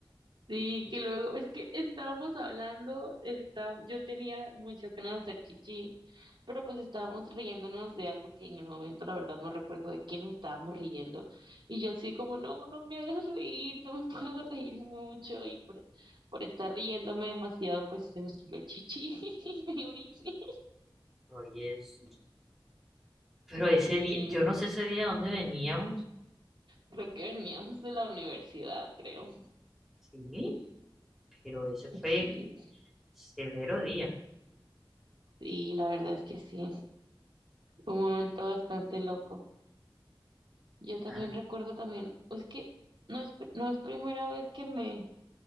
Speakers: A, on the right; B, in the centre.
A: Sí, que luego, es que estábamos hablando, está, yo tenía muchas ganas de hacer chichi, pero pues estábamos riéndonos de algo que en el momento la verdad no recuerdo de qué nos estábamos riendo. Y yo así como, no, no me hagas reír, no me <laughs> puedo reír mucho. Y por, por estar riéndome demasiado, pues se me salió chichi <laughs> y me oriné.
B: Oye, sí. Pero ese
A: Sí,
B: día, yo no sé ese día dónde veníamos,
A: creo que veníamos de la universidad, creo.
B: sí, pero ese fue
A: Sí,
B: severo día.
A: sí, la verdad es que sí, fue un momento bastante loco. Yo también
B: Ah,
A: recuerdo también, es que no es, pr- no es primera vez que me,